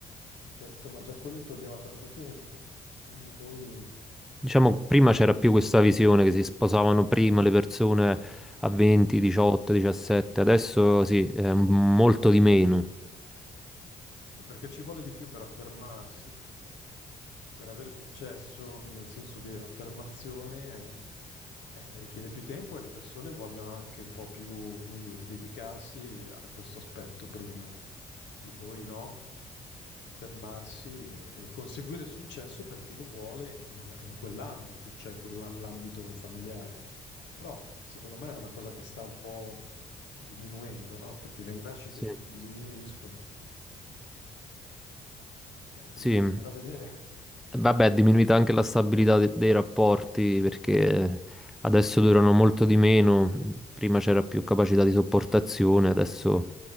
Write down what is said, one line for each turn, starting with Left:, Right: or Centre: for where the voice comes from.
Left: perché insomma già quello toglieva tanto tempo, e quindi poi,
Centre: Diciamo, prima
Left: ecco,
Centre: c'era più questa visione che si sposavano prima le persone a 20,
Left: Certo.
Centre: 18, 17, adesso sì, è molto di meno.
Left: sì, perché ci vuole di più per affermarsi, per avere successo nel senso di affermazione eh, eh, richiede più tempo e le persone vogliono anche un po' più, come dire, dedicarsi a questo aspetto prima e poi no, fermarsi e, e conseguire il successo per chi lo vuole in, in quell'ambito, cioè quell'ambito familiare. Però secondo me è una cosa che sta un po' diminuendo, no? Infatti le nascite
Centre: Sì.
Left: dim- diminuiscono e anche
Centre: Sì,
Left: lì bisognerà vedere
Centre: Vabbè, è diminuita anche la stabilità de- dei rapporti perché
Left: <laughs>
Centre: adesso durano molto di meno, prima c'era più capacità di sopportazione, adesso